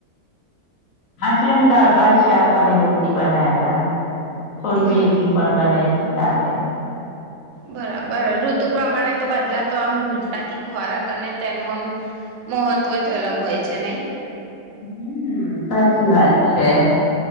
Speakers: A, on the left; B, on the right.
A: હાજ અમે દાળ ભાત શાક અને રોટલી બના્યા તા થોડી
B: હમ
A: વેડમી પણ બનાાય સાથે
B: બરાબર ઋતુ પ્રમાણે તો બદલાતો આમ ગુજરાતી ખોરાક અને તેનું આમ મહત્વ જ અલગ હોય છે નઈ
A: હમ સાચી વાત છે